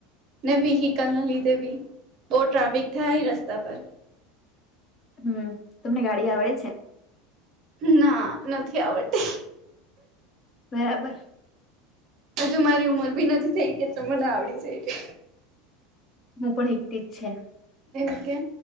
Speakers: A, on the right; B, on the left.
A: વીીહી કલના લીધેવી બહ ટ્રાફિક થ રસ્તા પર
B: હમ તમને ગાડી આવડે છે
A: ના નથી આવડતી
B: બરાબર
A: હજુ મારી ઉમર ભી નથી થઈ કે તો મને આવડી જાય
B: હું પણ એકથી જ છે
A: એકે